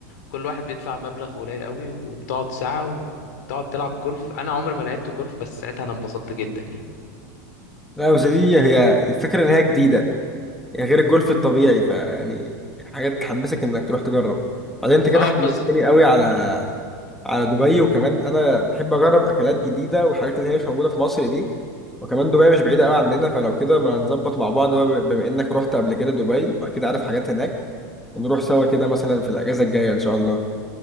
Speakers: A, on the left (about 65°); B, in the centre.
A: كل واحد بيدفع مبلغ قليل قوي وبتقعد ساعة وتقعد تلعب جولف أنا عمري ما لعبت جولف بس ساعتها أنا انبسطت جدا يعني
B: لا بس دي هي الفكرة إن هي جديدة يعني غير الجولف الطبيعي فيعني حاجات تحمسك انك تروح تجرب بعدين انت كده
A: اه
B: حمستني
A: بس
B: قوي على على دبي وكمان انا بحب اجرب اكلات جديده والحاجات اللي هي مش موجوده في مصر دي وكمان دبي مش بعيده قوي عندنا فلو كده ما نظبط مع بعض بقى بما انك رحت قبل كده دبي واكيد عارف حاجات هناك ونروح سوا كده مثلا في الاجازه الجايه ان شاء الله